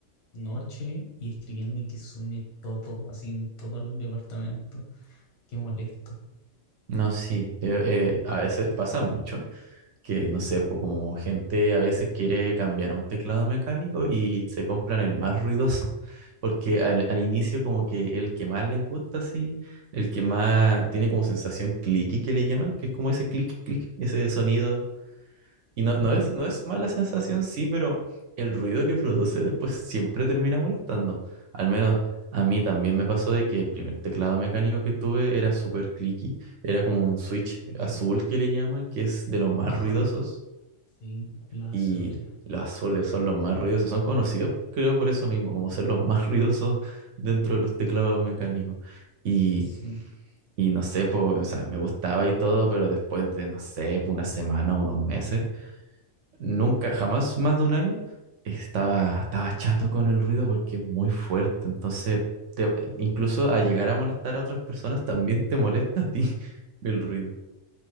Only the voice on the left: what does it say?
noche y escribiendo y que suene todo, así en todo el departamento. Qué molesto.
Ujú.
¿Ya?
Ah,
sí, los
azules.
Sí.